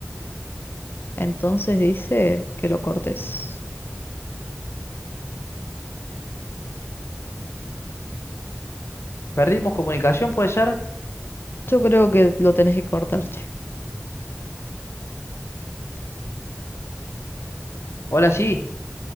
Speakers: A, on the left (about 50°); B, on the left (about 65°).
A: Entonces dice que lo cortes.
B: ¿Perdimos comunicación, puede ser?
A: Yo creo que lo tenés que cortar, che.
B: Hola, sí.